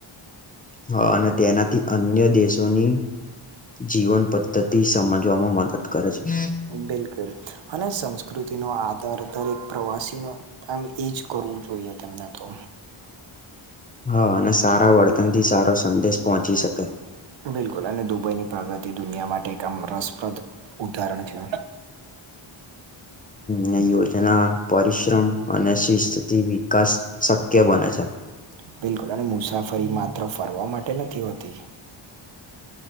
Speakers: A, on the left; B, on the right.
A: હા, અને તેનાથી અન્ય દેશોની જીવન પદ્ધતિ સમજવામાં મદદ કરે છે.
B: બિલકુલ અને સંસ્કૃતિનો આધાર દરેક પ્રવાસીનો પણ એમ એજ કરવું જોઈએ તેમને તો,
A: હા અને સારા વર્તનથી સારો સંદેશ પહોંચી શકે.
B: બિલકુલ અને દુબઈની પ્રગતિ દુનિયા માટે એક આમ રસપ્રદ ઉદાહરણ છે.
A: હા યોજના પરિશ્રમ અને શિસ્તથી વિકાસ શક્ય બને છે.
B: હા બિલકુલ અને મુસાફરી માત્ર ફરવા માટે નથી હોતી,